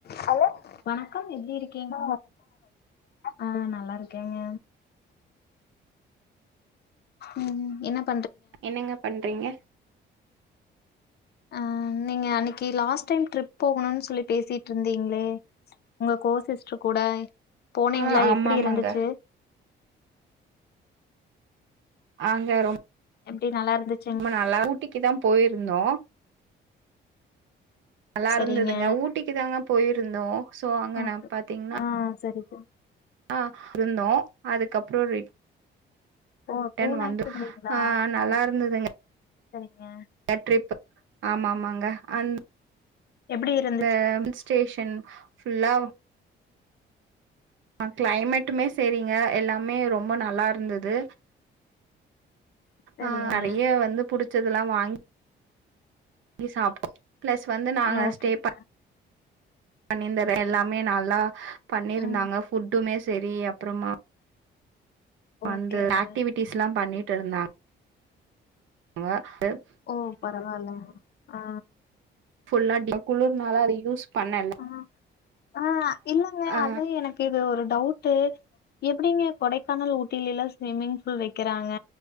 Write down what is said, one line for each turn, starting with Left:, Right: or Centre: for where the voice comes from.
Left: Hello வணக்கம் எப்டி இருக்கீங்க ஆ நல்லா இருக்கேங்க ம் ம் என்னப்
Right: என்னங்க பண்றீங்க
Left: அ நீங்க அன்னைக்கி லாஸ்ட் டைம் ட்ரிப் போகணுனு சொல்லி பேசிட் இருந்தீங்ளே உங்க கோசிஸ்டர் கூட போனீங்ளா
Right: ஆ ஆமா
Left: எப்டி
Right: ஆமாங்க
Left: இருந்துச்சு
Right: அங்க ரொம்
Left: எப்டி நல்லா இருந்துச்
Right: ஆமா நல்லா ஊட்டிக்குதா போயிருந்தோ நல்லா
Left: சரிங்க
Right: இருந்துதுங்க ஊட்டிக்கு தாங்க போயிருந்தோ ஸோ அங்க
Left: ஓகே
Right: நா பாத்திங்னா
Left: ஆ சரி சரி
Right: ஆ இருந்தோ அதுக்கப்ரோ ரெட்
Left: ஓ
Right: டன்
Left: டூ
Right: வந்து
Left: நைட்ஸ் இருந்தீங்களா
Right: ஆ நல்லா
Left: பரவால
Right: இருந்துதுங்க
Left: சரிங்க
Right: அ ட்ரிப் ஆமா ஆமாங்க அந்
Left: எப்டி இருந்
Right: ந்த ஹில் ஸ்டேஷன் ஃபுல்லா அ கிளைமேட்டுமே சரிங்க எல்லாமே ரொம்ப நல்லா இருந்தது
Left: சரிங்க
Right: ஆ நெறைய வந்து புடிசத்லா வாங் ங்கி சாப்ட் பிளஸ் வந்து நாங்க
Left: ஓகேங்க
Right: ஸ்டே ப பண்ணிந்தர எல்லாமே நல்லா பண்ணியிருந்தாங்க
Left: ம்
Right: ஃபுட்டுமே சரி அப்றமா வந்து
Left: ஓகேங்க
Right: ஆக்டிவிட்டிஸ் லா பண்ணிட்டு இருந்தாங் ங்க அப்
Left: ஓ பரவாலங்க ஆ
Right: ஃபுல்லா டிங் குளுர்னால அத யூஸ் பண்ணல
Left: ஆ ஆ இல்லங்க
Right: ஆ
Left: அதா எனகு இது ஒரு டவுட்டு எப்டிங்க கொடைக்கானல் ஊட்டில லா ஸ்விம்மிங் ஃபூல் வக்கிறாங்க